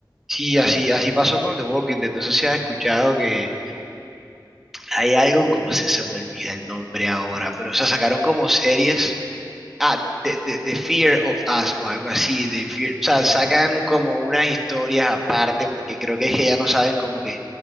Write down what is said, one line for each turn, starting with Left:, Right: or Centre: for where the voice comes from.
Centre: Sí, así, así pasó con The Walking Dead. No sé si has escuchado que hay algo, como se, se me olvida el nombre ahora, pero o sea, sacaron como series. Ah, The, The- The Fear of Us o algo así. The Fear- o sea,
Right: Ni idea,
Centre: sacan
Right: tío.
Centre: como unas historias aparte porque creo que es que ya no saben como que